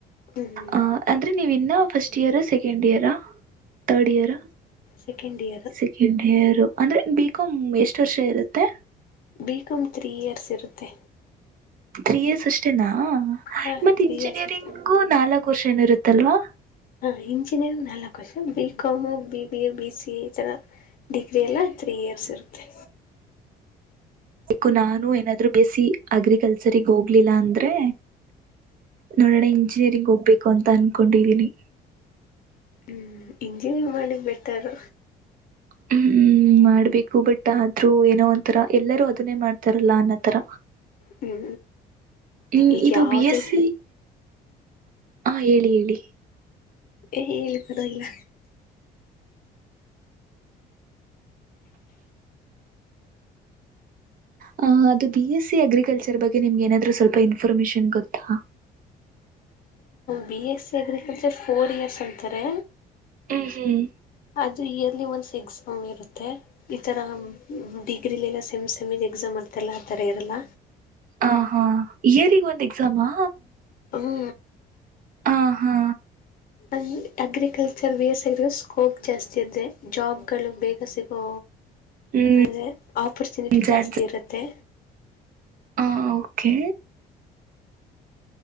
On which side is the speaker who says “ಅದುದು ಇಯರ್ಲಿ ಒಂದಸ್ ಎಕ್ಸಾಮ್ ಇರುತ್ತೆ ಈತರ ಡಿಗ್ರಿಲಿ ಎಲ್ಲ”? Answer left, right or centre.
Left